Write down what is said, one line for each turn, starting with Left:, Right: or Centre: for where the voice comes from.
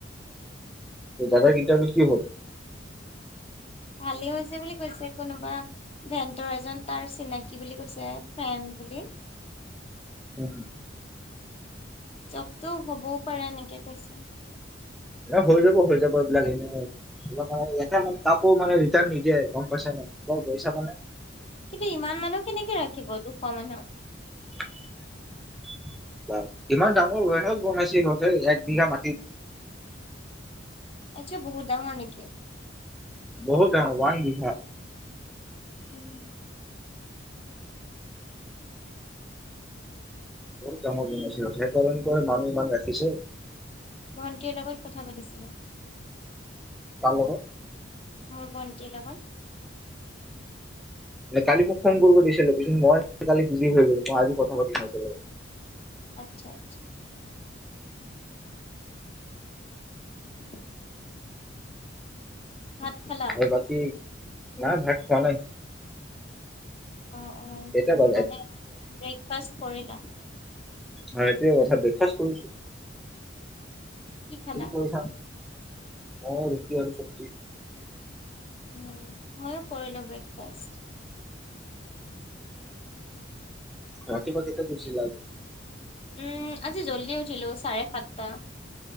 Centre: দাদাৰ ইণ্টাৰভিউত কি হ'ল?
Left: ভালে হৈছে বুলি কৈছে, কোনোবা ভেণ্টৰ এজন তাৰ চিনাকি বুলি কৈছে, ফ্ৰেণ্ড বুলি।
Centre: উম', হুম।
Left: জবটো হ'বও পাৰে, এনেকে কৈছে।
Centre: এ, হৈ যাব হৈ যাব, এইবিলাক এনেও সেইবিলাক মানুহ ইয়াতে মানে কাকো মানে ৰিটাৰ্ন নিদিয়ে, গম পাইছান নাই? কল কৰি চাবানে?
Left: কিন্তু ইমান মানুহ কেনেকে ৰাখিব? দুশ মানুহ।
Centre: <inaudible> বাৰু, ইমান ডাঙৰ ওৱেৰহাউচ বনাইছে সিহঁতে, এক বিঘা মাটিত।
Left: আচ্ছা, বহু ডাঙৰ নেকি?
Centre: বহুত ডাঙৰ, ওৱান বিঘা।
Left: উম'।
Centre: বহুত ডাঙৰ বনাইছে, সিহঁতে মানে নাং বাং ৰাখিছে।
Left: ভন্তীৰ লগত কথা পাতিছিলো।
Centre: কাৰ লগত?
Left: মোৰ ভন্তীৰ লগত।
Centre: যে কালি মোক ফোন কৰিব দিছিলে, পিছত মই মানে কালি বিজি হৈ গলো। মই আজি কথা পাতিম সিহঁতৰ লগত।
Left: আচ্ছা, আচ্ছা। <inaudible> ভাত খালা?
Centre: আৰু বাকী, নাই ভাত খোৱা নাই।
Left: অ', অ'
Centre: এটা বাজ
Left: মানে ব্ৰেকফাষ্ট কৰিলা?
Centre: হয়', এইটোয়ে কথা, ব্ৰেকফাষ্ট কৰিছোঁ।
Left: কি খালা
Centre: তুমি কৰিছা নাই? মই ৰুটি আৰু চব্জি।
Left: উম ময়ো কৰিলো ব্ৰেকফাষ্ট।
Centre: ৰাতিপুৱা কেইটাত উঠিলা আজি?
Left: উম' আজি জল্ডি উঠিলো, চাৰে সাতটা।